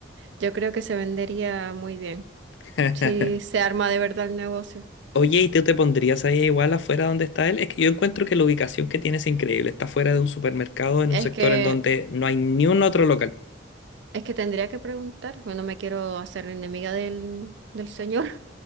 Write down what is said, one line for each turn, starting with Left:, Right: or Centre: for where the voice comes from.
Right: yo creo que se vendería muy bien.
Left: <laughs>
Right: Si se arma de verdad el negocio.
Left: Oye, ¿y tú te pondrías ahí igual afuera donde está él? Es que yo encuentro que la ubicación que tiene es increíble. Está fuera de un supermercado en
Right: Es
Left: un sector
Right: que,
Left: en donde no hay ni un otro local. <laughs>
Right: es que tendría que preguntar. Bueno, me quiero hacer enemiga del, del señor.